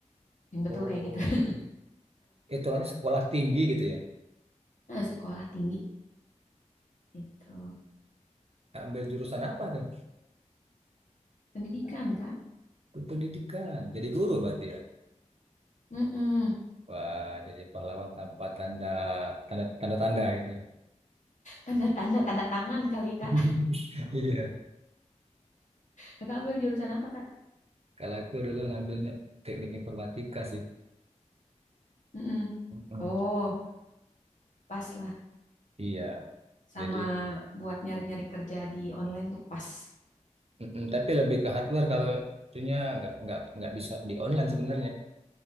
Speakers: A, on the left; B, on the right.
A: Yang betul
B: oh,
A: kayak gitu. <laughs>
B: hitungannya sekolah tinggi gitu ya.
A: Nah, sekolah tinggi itu
B: Ambil jurusan apa tuh?
A: pendidikan Kak.
B: Pendidikan. Jadi guru berarti ya.
A: Mm-mm.
B: Wah, jadi pahlawan tanpa tanda tanda tanda tanda gitu ya.
A: Tanda tanda tanda tangan kali Kak.
B: <laughs> Iya.
A: Kakak ambil jurusan apa Kak?
B: Kalau aku dulu ngambilnya teknik informatika sih.
A: Mm-mm.
B: Mm-mm.
A: Oh, pas lah.
B: Iya.
A: Sama
B: Jadi
A: buat nyari-nyari kerja di online tuh pas.
B: Mm-mm, tapi lebih ke hardware kalau itunya nggak nggak nggak bisa di online sebenarnya.